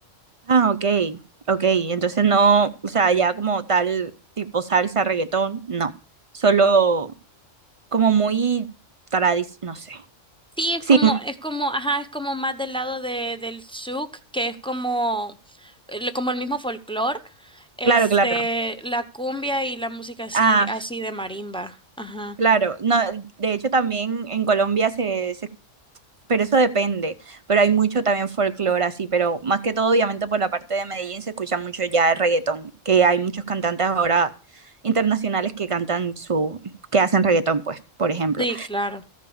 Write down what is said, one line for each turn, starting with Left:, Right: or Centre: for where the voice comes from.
Right: Ah, ok, ok. Entonces no, o sea, ya como tal tipo salsa, reggaetón, no. Solo como muy tradicional, no sé.
Centre: Sí, es
Right: Sí,
Centre: como, es como, ajá, es como más del lado de, del souk, que es como, el- como el mismo folclore, este,
Right: claro, claro.
Centre: la cumbia y la música así,
Right: Ah,
Centre: así de marimba, ajá.
Right: claro. No, de hecho también en Colombia se, se pero eso depende. Pero hay mucho también folclore así, pero más que todo, obviamente, por la parte de Medellín se escucha mucho ya el reggaetón, que hay muchos cantantes ahora internacionales que cantan su, que hacen reggaetón, pues, por ejemplo.
Centre: Sí, claro.